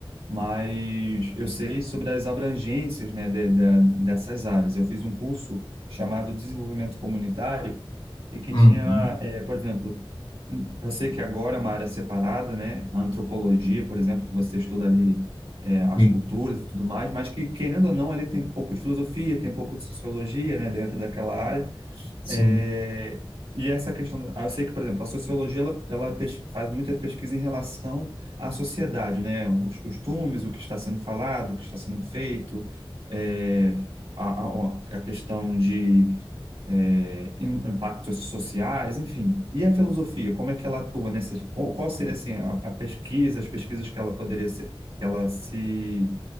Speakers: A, on the right; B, on the left.
A: mas eu sei sobre as abrangências, né, de- da- dessas áreas. Eu fiz um curso chamado Desenvolvimento Comunitário e que
B: Uhum.
A: tinha, eh, por exemplo, eu sei que agora é uma área separada, né, a antropologia, por exemplo, que você estuda ali eh, as
B: Sim,
A: culturas e tudo mais, mas que, querendo ou não, ali tem um pouco de filosofia, tem um pouco de sociologia, né, dentro daquela área.
B: sim.
A: É, e essa questão, da- eu sei que, por exemplo, a sociologia ela, ela pes- faz muita pesquisa em relação à sociedade, né? Os costumes, o que está sendo falado, o que está sendo feito, é, a, a- a questão de é, im- impactos sociais, enfim. E a filosofia, como é que ela atua nessa? Qual, qual seria assim a, a pesquisa, as pesquisas que ela poderia ser, que ela se